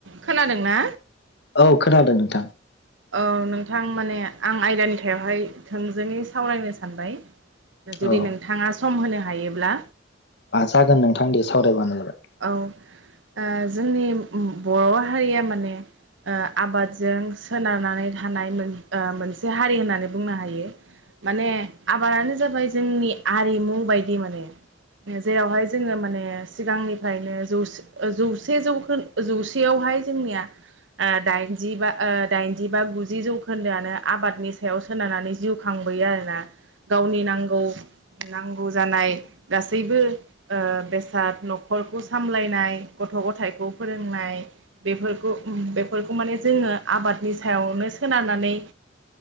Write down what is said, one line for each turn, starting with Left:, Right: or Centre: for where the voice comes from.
Right: खोनादों ना?
Left: औ खोनादों नोंथां।
Right: औ नोंथां माने आं आयदानि सायावहाय थोंजोङै सावरायनो सानबाय। जुदि
Left: औ
Right: नोंथाङा सम होनो हायोब्ला
Left: जागोन नोंथां दे सावरायबानो जाबाय
Right: औ ओ जोंनि बर' हारिया माने ओ आबादजों सोनारनानै थानाय मोन ओ मोनसे हारि होननानै बुंनो हायो। माने आबादानो जाबाय जोंनि आरिमु बायदि माने जेरावहाय जोङो माने सिगांनि फ्रायनो जौसे ओ जौसे जौखोन्दो जौसेयावहाय जोंनिया ओ दाइनजि बा दाइनजि बा गुजि जौखोन्दोआनो आबादनि सायाव सोनारनानै जिउ खांबोयो आरोना गावनि नांगौ-नांगौ जानाय गासैबो ओ बेसाद, न' खरखौ सामलायनाय गथ' गथायाइखौ फोरोंनाय बेफोरखौ बेफोरखौ माने जोङो आबादनि सायावनो सोनारनानै